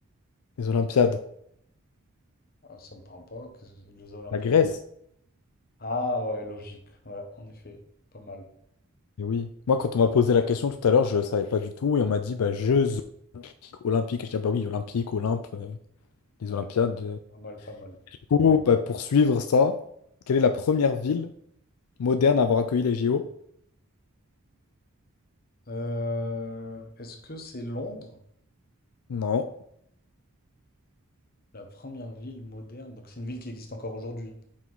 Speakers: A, on the left (about 80°); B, on the left (about 40°).
A: Les Olympiades.
B: ah, ça me parle pas. Qu'est-ce que- les Olympiades?
A: La Grèce.
B: Ah ouais, logique. Ouais, en effet, pas mal.
A: Eh oui. Moi, quand on m'a posé la question tout à l'heure, je ne savais pas du tout. Et on m'a dit, bah, Jeux Olympiques. Olympiques. Je dis, ah bah oui, Olympiques, Olympe, euh, les
B: Ouais,
A: Olympiades. euh.
B: pas mal, pas mal.
A: Du coup, bah, pour suivre ça, quelle est la première ville moderne à avoir accueilli les JO?
B: Euh, est-ce que c'est Londres?
A: Non.
B: La première ville moderne. Donc c'est une ville qui existe encore aujourd'hui.